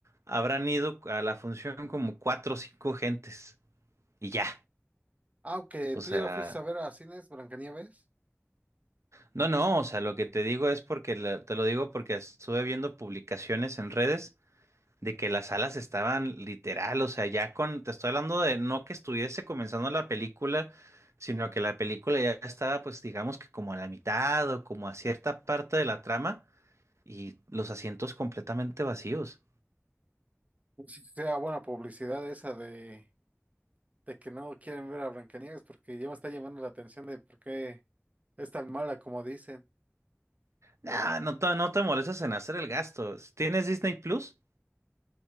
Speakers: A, on the right (about 80°); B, on the right (about 30°).
A: habrán ido a la función como cuatro o cinco gentes y ya.
B: Aunque
A: O
B: tú
A: sea,
B: ya la fuiste a ver a cines, Blancanieves,
A: no, no, o sea, lo que te digo es porque la- te lo digo porque estuve viendo publicaciones en redes de que las salas estaban literal, o sea, ya con, te estoy hablando de no que estuviese comenzando la película, sino que la película ya estaba, pues digamos que como a la mitad o como a cierta parte de la trama y los asientos completamente vacíos.
B: no si sea buena publicidad esa de, de que no quieren ver a Blancanieves porque ya me está llamando la atención de por qué es tan mala como dicen.
A: Nah, no te, no te molestas en hacer el gasto. Si ¿Tienes Disney Plus?